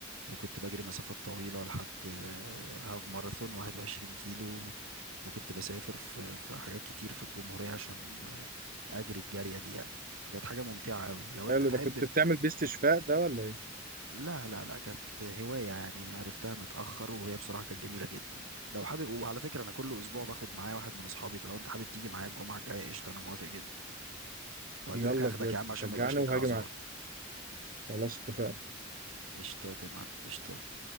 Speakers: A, on the right (about 75°); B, on the right (about 45°).
A: وكنت بجري مسافات طويلة لحد آه، هاف ماراثون 21 كيلو وكنت بسافر في في حاجات كتير في الجمهورية عشان آه، أجري الجارية دي يعني فكانت حاجة ممتعة أوي لو
B: حلو
A: أنت تحب
B: ده كنت
A: في...
B: بتعمل بيه استشفاء ده ولا إيه؟
A: لا لا لا كانت هواية يعني عرفتها متأخر وهي بصراحة كانت جميلة جدا لو حابب وعلى فكرة أنا كل أسبوع باخد معايا واحد من أصحابي فلو أنت حابب تيجي معايا الجمعة الجاية قشطة أنا موافق جدا وهجيلك
B: يلا
A: اخدك
B: بجد
A: يا عم عشان
B: شجعني
A: ما يبقاش ليك
B: وهاجي
A: اعذار
B: معاك خلاص اتفقنا
A: قشطات يا معلم قشطات